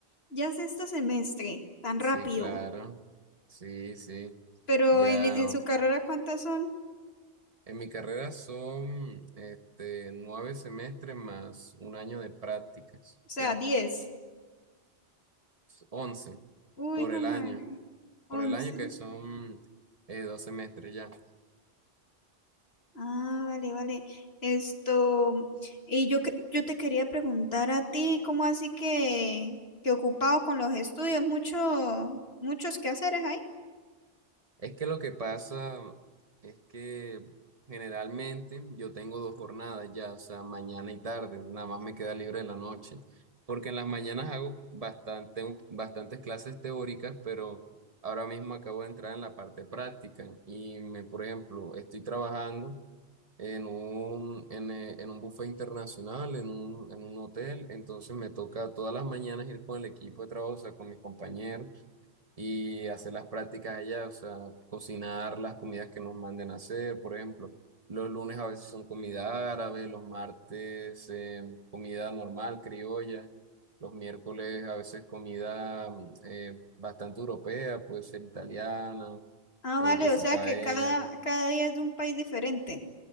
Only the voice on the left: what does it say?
ya es este semestre, tan rápido.
Pero
en, en su carrera, ¿cuántas son?
O sea,
10.
Uy,
hijo
de madre,
11.
Ah, vale, vale. Esto, y yo, que- yo te quería preguntar a ti, ¿cómo así que, que ocupado con los estudios? Mucho, muchos quehaceres ahí.
Ah,
vale,
o sea
que cada, cada día es de un país diferente.